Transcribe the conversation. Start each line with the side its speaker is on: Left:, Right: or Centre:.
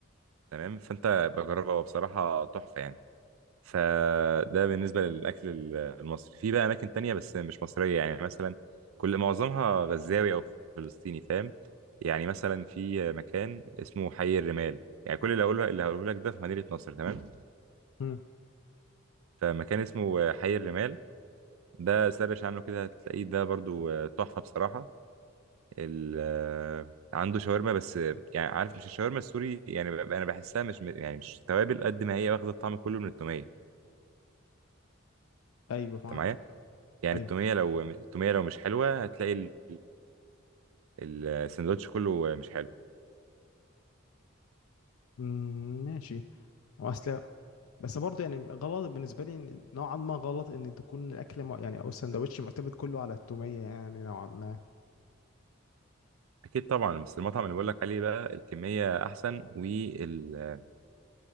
Right: تمام فانت بجربها هو بصراحه تحفه يعني فده بالنسبه للاكل ال- المصري في بقى اماكن تانية بس مش مصريه يعني مثلا كل معظمها غزاوي او فلسطيني فاهم يعني مثلا في مكان اسمه حي الرمال يعني كل اللي هقوله اللي هقوله لك ده في مدينه نصر تمام
Left: مم.
Right: فمكان اسمه حي الرمال ده سرش عنه كده هتلاقيه ده برضو آه، تحفة بصراحة ال آه، عنده شاورما بس آه، يعني عارف مش الشاورما السوري يعني ب- انا بحسها مش م- يعني مش توابل قد ما هي واخدة الطعم كله من التومية
Left: أيوه
Right: انت
Left: معاك
Right: معايا يعني
Left: أيوه
Right: التومية لو التومية لو مش حلوة هتلاقي ال- ال- السندوتش كله مش حلو
Left: مم، ماشي واصل بس برضه يعني غلط بالنسبه لي إن- نوعا ما غلط ان تكون الاكل مع- يعني او السندوتش معتمد كله على التوميه يعني نوعا ما
Right: اكيد طبعا بس المطعم اللي بقول لك عليه بقى الكمية احسن وال